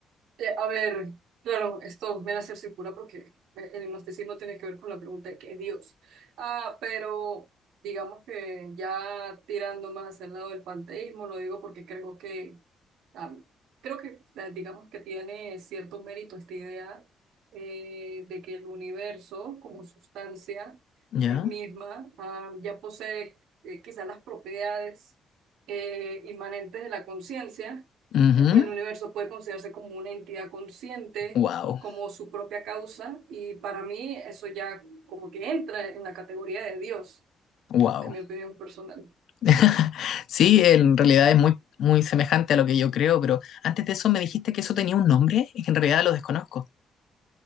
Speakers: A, on the right; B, on the left.
A: Eh, a ver, claro, esto me la cerciocura porque eh, el gnosticismo tiene que ver con la pregunta de qué es Dios. Ah, pero digamos que ya tirando más hacia el lado del panteísmo, lo digo porque creo que, ah, creo que eh, digamos que tiene cierto mérito esta idea eh, de que el universo como sustancia
B: ya,
A: eh, misma ah, ya posee eh, quizás las propiedades eh, inmanentes de la conciencia
B: ujú,
A: el universo puede considerarse como una entidad consciente,
B: Wow,
A: como su propia causa, y para mí eso ya como que entra en la categoría de Dios,
B: wow.
A: en mi opinión personal.
B: <laughs> Sí, en realidad es muy, muy semejante a lo que yo creo, pero antes de eso me dijiste que eso tenía un nombre y que en realidad lo desconozco.